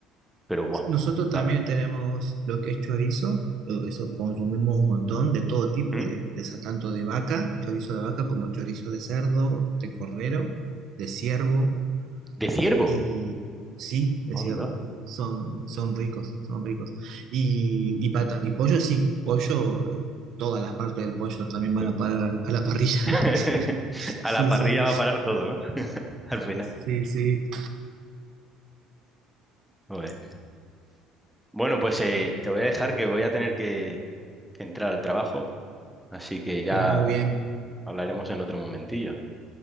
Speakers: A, in the centre; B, on the right.
A: Pero guau,
B: Nosotros
A: puta.
B: también tenemos lo que es chorizo, eh, eso consumimos un montón de todo tipo,
A: ¿Mm?
B: de, de sa- tanto de vaca, chorizo de vaca como chorizo de cerdo, de cordero, de ciervo
A: De ciervo.
B: y sí, de
A: Onda.
B: ciervo. Son, son ricos, son ricos. Y, y pata, y pollo sí, pollo, eh, todas las partes del pollo también van
A: Sí.
B: a parar a, a la parrilla.
A: <laughs>
B: <laughs>
A: A
B: Sí,
A: la parrilla
B: sí,
A: va a parar todo, ¿no? <laughs> Al final.
B: sí, sí,
A: Joder. Bueno, pues eh, te voy a dejar que voy a tener que, que entrar al trabajo, así que ya
B: pero muy bien,
A: hablaremos en otro momentillo.